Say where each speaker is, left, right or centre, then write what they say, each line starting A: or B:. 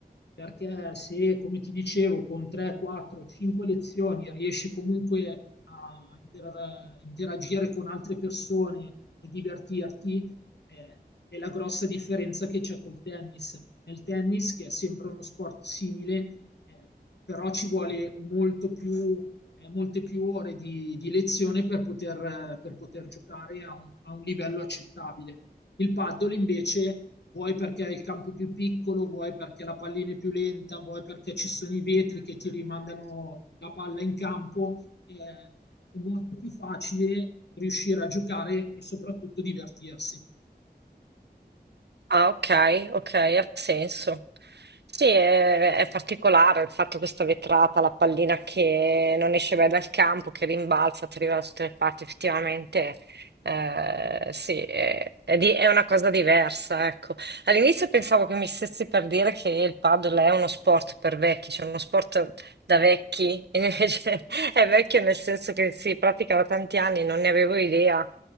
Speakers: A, on the left; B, on the right.
A: Perché se, come ti dicevo, con 3, 4, 5 lezioni riesci comunque a inter- interagire con altre persone e divertirti, eh, è la grossa differenza che c'è col tennis. Nel tennis, che è sempre uno sport simile, eh, però ci vuole molto più, eh, molte più ore di, di lezione per poter, eh, per poter giocare a un, a un livello accettabile. Il paddle invece vuoi perché il campo è più piccolo, vuoi perché la pallina è più lenta, vuoi perché ci sono i vetri che ti rimandano la palla in campo, eh, è molto più facile riuscire a giocare e soprattutto divertirsi.
B: Ah, ok, ok, ha senso. Sì, è, è particolare il fatto questa vetrata, la pallina che non esce mai dal campo, che rimbalza, ti arriva da tutte le parti, effettivamente, eh, sì, è, è di- è una cosa diversa, ecco. All'inizio pensavo che mi stessi per dire che il paddle è uno sport per vecchi, cioè uno sport da vecchi, <laughs> e invece è vecchio nel senso che si pratica da tanti anni, non ne avevo idea.